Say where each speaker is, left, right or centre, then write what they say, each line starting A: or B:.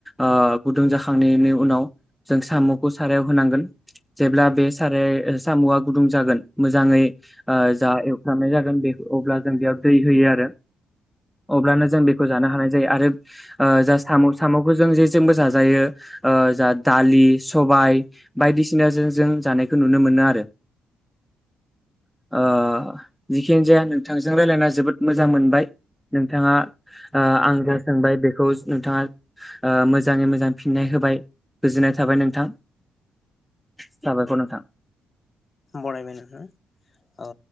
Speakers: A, in the centre; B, on the left.
A: ओ गुदुं जाखांनायनि उनाव जों साम'खौ सारायाव होनांगोन जेब्ला बे साराया सामआ गुदुं जागोन मोजाङै ओ जा एवफ्रामनाय जागोन बे अब्ला जों बेयाव दै होयो आरो अब्लानो जों बेखौ जानो हानाय जायो आरोओ जा साम' साम'खौ जों जेजोंबो जाजायो ओ जा दालि सबाय बायदिसिनाजों जों जानायखौ नुनो मोनो आरो ओ जिखियानो जाया नोंथांजों रायलायना जोबोद मोजां मोनबाय। नोंथाङा ओ आं जा सोंबाय बेखौ नोंथाङा ओ मोजाङै मोजां फिननाय होबाय गोजोननाय थाबाय नोंथां साबायखर नोंथां।
B: बरायबाय नोंथां ओ